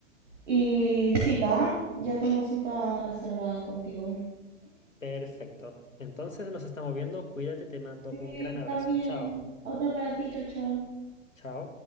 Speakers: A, on the right (about 70°); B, on the left (about 80°).
A: Y cita, ¿ah? ya tengo cita reservada contigo.
B: Perfecto. Entonces nos estamos viendo, cuídate, te mando
A: Sí,
B: un gran abrazo.
A: también.
B: Chao.
A: Otro para ti, chao, chao.
B: Chao.